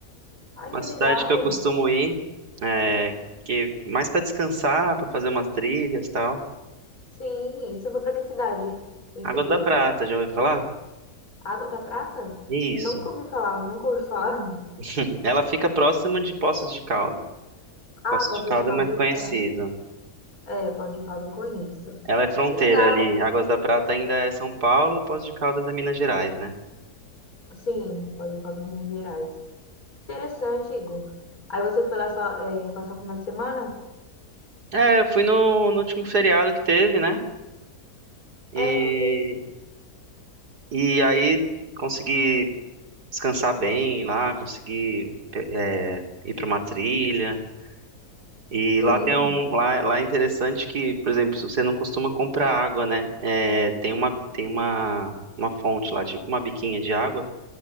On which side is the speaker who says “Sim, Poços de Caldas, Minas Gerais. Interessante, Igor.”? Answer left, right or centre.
Left